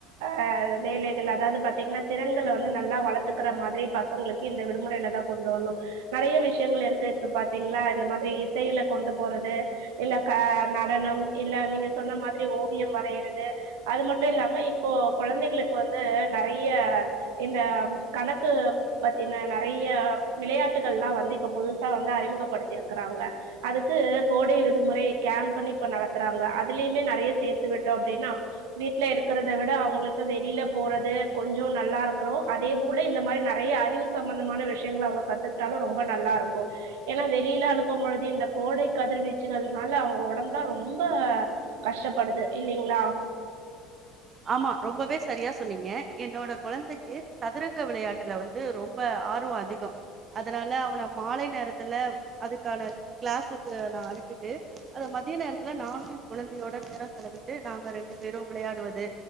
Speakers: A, on the right; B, on the right.
A: ஆ வேலைகள் அதாவது பாத்தீங்கன்னா திறன்கள வந்து நல்லா வளத்துக்கறா மாதிரி பசங்களுக்கு இந்த விடுமுறையில தா கொண்டு வரனு நெறைய விஷயங்கள் இருக்கு இப்ப பாத்தீங்களா இந்த மாதிரி இசையில கொண்டு போறது இல்ல க நடனம் இல்ல நீங்க சொன்ன மாதிரி ஓவியம் வரையிறது அது மட்டு இல்லாம இப்போ கொழந்தைகளுக்கு வந்து நெறைய இந்த கணக்கு பத்தின நெறைய விளையாட்டுகள்லா வந்து இப்ப புதுசா வந்து அறிமுகப்படுத்திருக்கிறாங்க அதுக்கு கோடை விடுமுறை கேம்ப்ன்னு இப்ப நடத் த்துறாங்க அதுலயுமே நெறைய சேத்து விட்டோ அப்டின்னா வீட்ல இருக்கிறத விட அவுங்களுக்கு வெளியில போறது கொஞ்சோ நல்லா இருக்குறோ அதே போல இந்த மாரி நெறைய அறிவு சம்பந்தமான விஷயங்கள அவுங்க கத்துக்கிட்டாலு ரொம்ப நல்லா இருக்கு ஏன்னா வெளியில அனுப்பும் பொழுது இந்த கோடை கதிர்வீச்சுனால அவுங்க ஒடம்புலா ரொம் ம்ப கஷ்டபடுது இல்லிங்ளா
B: ஆமா ரொம்பவே சரியா சொன்னீங்க என்னோட கொழந்தைக்கு சதுரங்க விளையாட்டுல வந்து ரொம்ப ஆர்வோ அதிக அதனால அவன மாலை நேரத்துல அதுக்கான கிளாஸுக்கு நா அனுப்பிட்டு அத மதிய நேரத்துல நானு என் குழந்தையோட நேரம் செலவிட்டு நாங்க ரெண்டு பேரு விளையாடுவது